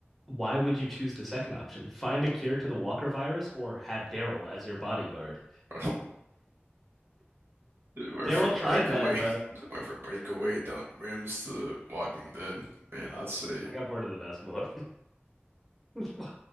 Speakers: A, in the centre; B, on the right.
A: why would you choose the second option? Find a cure to the Walker virus, or have Daryl as your bodyguard?
B: <laughs> It went
A: Daryl
B: from
A: tried
B: breakaway,
A: that, bro.
B: <laughs> it went from breakaway down rims to Walking Dead. Man, I'd say
A: I got bored of the basketball. <laughs>